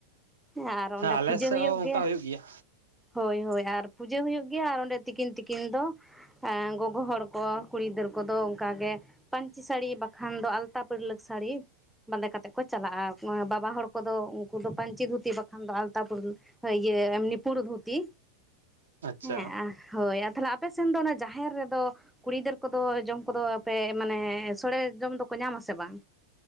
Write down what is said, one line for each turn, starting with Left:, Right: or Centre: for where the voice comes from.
Centre: ᱦᱮᱸ ᱟᱨ ᱚᱸᱰᱮ
Right: ᱟᱞᱮ
Centre: ᱯᱩᱡᱟᱹ
Right: ᱥᱮᱫ
Centre: ᱦᱩᱭᱩᱜ ᱜᱮᱭᱟ᱾
Right: <unintelligible> ᱜᱮᱭᱟ
Centre: ᱦᱳᱭ ᱦᱳᱭ ᱟᱨ ᱯᱩᱡᱟᱹ ᱦᱩᱭᱩᱜ ᱜᱮᱭᱟ ᱟᱨ ᱚᱸᱰᱮ ᱛᱤᱠᱤᱱ ᱛᱤᱠᱤᱱ ᱫᱚ ᱮ ᱜᱚᱜᱚ ᱦᱚᱲ ᱠᱚ ᱠᱩᱲᱤ ᱜᱤᱫᱟᱹᱨ ᱠᱚᱫᱚ ᱚᱱᱠᱟ ᱜᱮ ᱯᱟᱹᱧᱪᱤ ᱥᱟᱹᱲᱤ ᱵᱟᱠᱷᱟᱱ ᱫᱚ ᱟᱞᱛᱟ ᱯᱟᱹᱲᱞᱟᱹᱠ ᱥᱟᱹᱲᱤ ᱵᱟᱸᱫᱮ ᱠᱟᱛᱮᱫ ᱠᱚ ᱪᱟᱞᱟᱜᱼᱟ᱾ ᱵᱟᱵᱟ ᱦᱚᱲ ᱠᱚᱫᱚ ᱩᱱᱠᱩ ᱫᱚ ᱯᱟᱹᱧᱪᱤ ᱫᱷᱩᱛᱤ ᱵᱟᱠᱷᱟᱱ ᱫᱚ ᱟᱞᱛᱟ ᱯᱩᱲ ᱤᱭᱟᱹ ᱮᱢᱱᱤ ᱯᱩᱲ ᱫᱷᱩᱛᱤ
Right: ᱟᱪᱪᱷᱟ
Centre: ᱦᱮᱸ ᱦᱳᱭ ᱛᱟᱦᱞᱮ ᱟᱯᱮᱥᱱ ᱫᱚ ᱚᱱᱟ ᱡᱟᱦᱮᱨ ᱨᱮᱫᱚ ᱠᱩᱲᱤ ᱜᱤᱫᱟᱹᱨ ᱠᱚᱫᱚ ᱡᱚᱢ ᱠᱚᱫᱚ ᱯᱮ ᱢᱟᱱᱮ ᱥᱚᱲᱮ ᱡᱚᱢ ᱫᱚᱠᱚ ᱧᱟᱢ ᱟᱥᱮ ᱵᱟᱝ?